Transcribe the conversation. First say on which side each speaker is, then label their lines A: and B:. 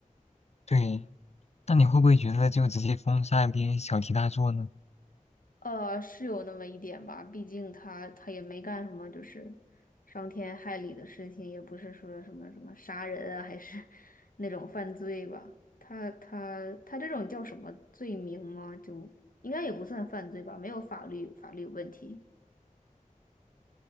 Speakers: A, on the left (about 50°); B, on the left (about 80°).
A: 对。那你会不会觉得就直接封杀一篇小题大做呢？
B: 呃，是有那么一点吧，毕竟他他也没干什么就是伤天害理的事情，也不是说什么什么杀人啊，还是 <laughs> 那种犯罪吧，他他他这种叫什么罪名吗？就应该也不算犯罪吧，没有法律法律问题。